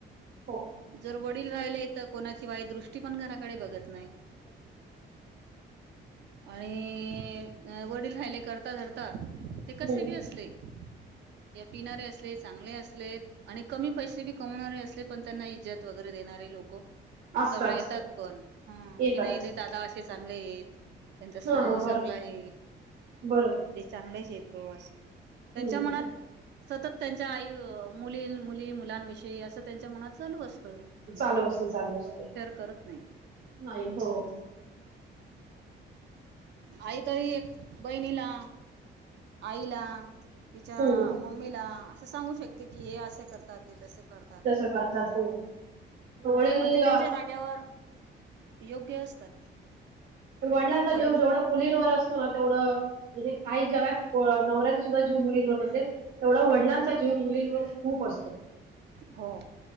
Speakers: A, on the right; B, on the right.
A: हो
B: जर वडील राहिले तर कोणा शिवाय दृष्टी पण घराकडे बघत नाही आणि अ वडील राहिले करता धरता ते कसे
A: हम्म
B: बी असले या पिणारे असले चांगले असलेत आणि कमी पैसे बी कमवणारे असले पण इ्जत वगैरे देणारे लोक
A: असतात
B: सगळे येतात पण
A: येतात
B: की नाही ते दादा असे चांगले आहेत त्यांचा स्वभाव
A: हा बरोबर
B: चांगला आहे
A: बरोबर
B: ते चांगलेच आहेत भाऊ अस त्यांच्या
A: हम्म
B: मनात सतत त्यांच्या आई मुली मुली मुलांविषयी असं त्यांच्या मनात चालू असत
A: चालू असत चालू असते
B: करत नाही
A: नाही हो
B: आई तरी बहिणीला आईला तिच्या
A: हम्म
B: मम्मीला असं सांगू शकते कि हे असे करतात ते तसे करतात
A: तसे बनतात हो वडील
B: पण ते त्यांच्या जाग्यावर योग्य असतात
A: वडिलांचा जीव
B: वडील
A: जेवढ मुलींवर असतो ना तेवढं म्हणजे काही जगात नवऱ्याच्या सुद्धा जीव मुलींवर नसेल तेवढा वडिलांचा जीव मुलींवर खूप असतो
B: हो